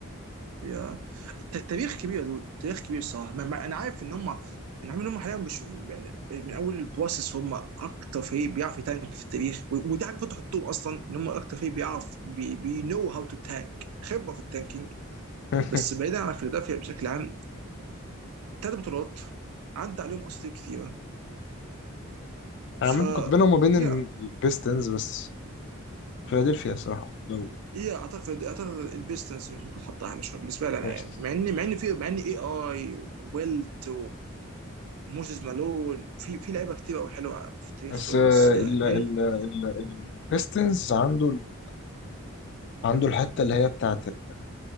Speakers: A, on the right; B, on the left.
A: يا الت- التاريخ كبير يا دود تاريخ كبير الصراحة ما- ما- أنا عارف إن هم أنا عارف إن هم حاليا مش يعني من أول البروسس هم أكتر فريق بيعرف يتانك في التاريخ و- ودي حاجة فتح الطوب أصلا إن هم أكتر فريق بيعرف بي بي نو هاو تو تانك خبرة في التانكينج
B: <laughs>
A: بس بعيدا عن فيلادلفيا بشكل عام ثلاث بطولات عدى عليهم أساطير كثيرة
B: انا
A: ف
B: عامة كنت بينهم وبين
A: يا
B: البيستنز بس فيلادلفيا صراحة لو
A: ايه اعتقد اعتقد البيستنس ممكن تحط اعلى شويه بالنسبه لي انا
B: ماشي
A: يعني مع ان مع ان في مع ان اي اي وويلت وموسيس مالون في في لعيبه كتير قوي حلوه في التاريخ
B: بس
A: دول
B: آه،
A: بس يعني
B: ال ال
A: مع ان
B: ال البيستنز عنده ال- عنده الحتة اللي هي بتاعت ال-